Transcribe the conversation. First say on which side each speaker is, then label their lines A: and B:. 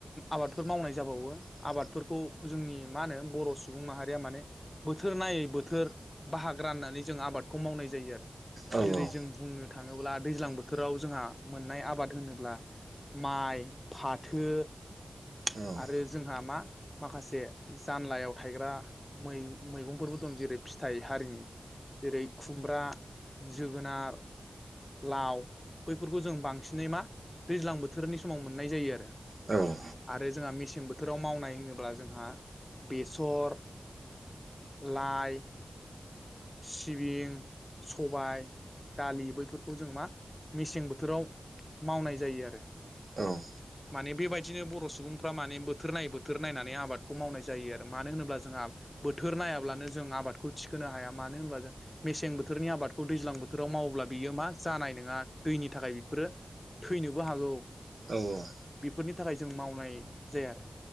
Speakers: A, on the left; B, on the right.
A: आबादफोर मावनाय जाबावो आबादफोरखौ जोंनि मा होनो बर' सुबुं माहारिया माने बोथोर नायै बोथोर बाहाग राननानै जों आबादखौ मावनाय जायो आरो
B: औ
A: जेरै
B: औ
A: जों बुंनो थाङोब्ला दैज्लां बोथोराव जोंहा मोननाय आबाद होनोब्ला माइ फाथो
B: ओं
A: आरो जोंहा मा माखासे जानलायाव थायग्रा मै मैगंफोरबो दं जेरै फिथाइ हारिनि जेरै खुमब्रा जोगोनार लाव बैफोरखौ जों बांसिनै मा दैज्लां बोथोरनि समाव मोननाय जायो आरो
B: औ
A: आरो जोंहा मेसें बोथोराव मावनाय होनोब्ला जोंहा बेसर लाइ सिबिं सबाय दालि बैफोरखौ जों मा मेसें बोथोराव मावनाय जायो आरो
B: औ
A: माने बेबायदिनो बर' सुबुं सुबुंफ्रा माने बोथोर नायै बोथोर नायनानै आबादखौ मावनाय जायो आरो मानो होनोब्ला जोंहा बोथोर नायाब्लानो जों आबादखौ थिखोनो हाया मानो होनबा जों मेसें बोथोरनि आबादखौ दैज्लां बोथोराव मावोब्ला बियो मा जानाय नङा दैनि थाखाय बेफोरो थैनोबो हागौ
B: औ-औ
A: बेफोरनि थाखाय जों मावनाय जाया आरो